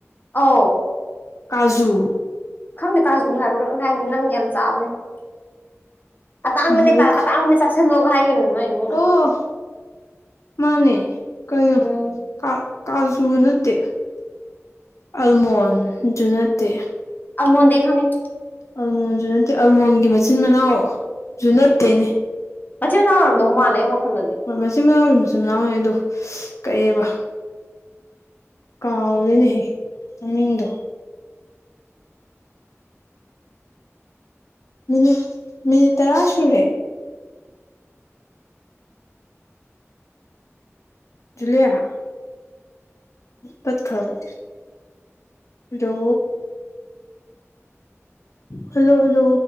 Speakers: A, on the left (about 40°); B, on the left (about 75°).
A: ꯑꯧ
B: ꯀꯥꯖꯨ
A: ꯈꯪꯗꯦ ꯀꯥꯖꯨ ꯍꯥꯏꯕ꯭ꯔꯥ ꯀꯩꯅꯣꯝ ꯍꯥꯏꯕꯅꯤ ꯅꯪꯗꯤ ꯌꯥꯝ ꯆꯥꯕꯅꯤ ꯑꯇꯥꯡꯕꯅꯦ
B: ꯀꯩꯅꯣ ꯑꯩ
A: ꯑꯇꯥꯡꯕꯅꯦ ꯆꯥꯁꯤꯜꯂꯣꯒ ꯍꯥꯏꯒꯤꯕꯅꯦ ꯅꯣꯏ ꯏꯃꯨꯡꯅ
B: ꯑꯣ ꯃꯥꯅꯦ ꯀꯩꯅꯣ
A: ꯎꯝ
B: ꯀꯥ ꯀꯥꯖꯨ ꯅꯠꯇꯦ ꯑꯜꯃꯣꯟꯖꯨ ꯅꯠꯇꯦ
A: ꯑꯜꯃꯣꯟꯗꯤ ꯑꯩ ꯈꯪꯉꯦ
B: ꯑꯜꯃꯣꯟꯖꯨ ꯅꯠꯇꯦ ꯑꯜꯃꯣꯟꯒꯤ ꯃꯆꯤꯟ ꯃꯅꯥꯎ ꯖꯨ ꯅꯠꯇꯦꯅꯦ
A: ꯃꯆꯤꯟ ꯃꯅꯥꯎ ꯑꯣꯏꯔꯝꯗꯧ ꯃꯥꯜꯂꯦ ꯑꯩ ꯋꯥꯈꯜꯗꯗꯤ
B: ꯍꯣꯏ ꯃꯆꯤꯟ ꯃꯅꯥꯎꯗꯤ ꯃꯆꯤꯟ ꯃꯅꯥꯎꯅꯦ ꯑꯗꯨ ꯀꯩ ꯑꯕꯥ ꯀꯥꯎꯔꯦꯅꯦꯍꯦ ꯃꯃꯤꯡꯗꯣ ꯃꯤꯅꯤꯠ ꯃꯤꯅꯤꯠ ꯇꯔꯥ ꯁꯨꯔꯦ ꯖꯨꯂꯤꯌꯥ ꯇꯠꯈ꯭ꯔꯕꯣ ꯍꯂꯣ ꯍꯜꯂꯣ ꯍꯜꯂꯣ